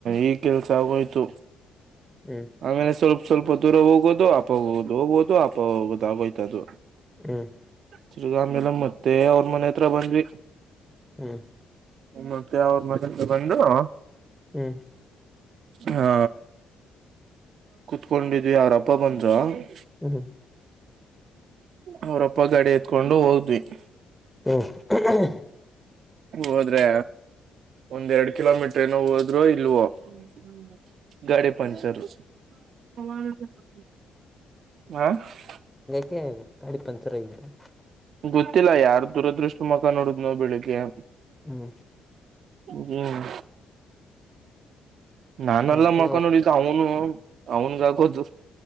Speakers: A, on the right; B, in the centre.
A: ಈ ಕೆಲ್ಸ ಆಗೋಯ್ತು!
B: ಹ್ಮ್ ಹ್ಮ್ ಹ್ಮ್ ಹ್ಮ್
A: ಆಮೇಲೆ ಸ್ವಲ್ಪ? <inaudible> ಸ್ವಲ್ಪ, ದೂರ ಹೋಗೋದು! ಆಫ್ಗಾಗೋಧು, ಹೋಗೋದು, ಅಪ ಹೋಗೋದು, ಆಯ್ತು, ಅದು. <inaudible>
B: ಹ್ಮ. <inaudible>
A: ತಿರ್ಗಾಮೇಲೆ, ಮತ್ತೆ ಅವ್ರ ಮನೆ ಹತ್ರ ಬಂದ್ವಿ? <inaudible>
B: ಹ್ಮ್. <inaudible>
A: ಮತ್ತೆ, ಅವ್ರ ಮಗಂತರಾ, ಬಂದು? <inaudible>
B: ಹ್ಮ್. <inaudible>
A: ಹಾ, ಕುತ್ಕೊಂಡ್, ಇದೀಯ, ಅವರು, ಅಪ್ಪ, ಬಂದಾರು? <inaudible>
B: ಸರಿ! <inaudible>
A: ಅವ್ರಪ್ಪ, ಗಾಡಿ, ಎತ್ಕೊಂಡು ಹೋದ್ವಿ? <inaudible>
B: ಹ್ಮ, ಯಕಲೈ. <unintelligible>
A: ಹೋದ್ರೆ ಒಂದ್ ಎರಡ್ ಕಿಲೋಮೀಟರು ಏನೋ, ಹೋದರೋ, ಇಲ್ವೋ. <inaudible> ಹೂ, ಹ್ಮ್ಮ್, ಗಾಡಿ ಪಂಕ್ಚರ್? <unintelligible> ಹ? <inaudible>
B: ಅದಕ್ಕೆ, ಹೇಳಿದ್ದು, ಗಾಡಿ ಪಂಕ್ಚರ್, ಹಗಿಧ್ಯಂಥ? <inaudible>
A: ಗೊತ್ತಿಲ್ಲ, ಯಾರು ದುರದೃಷ್ಟ! ಮುಖ ನೋಡುದ, ನೋ, ಬೆಳಿಗ್ಗೆ? <inaudible>
B: ಹ್ಮ್. <inaudible>
A: ಹ್ಮ್, ನಾನು,
B: ನಂತ
A: ಅಲ್ಲಾ, ಮುಖ ನೋಡಿದ್ದು ಅವನು? <inaudible> ಅವನಿಗೆ ಹಾಕೂ, ಜೂಸ್?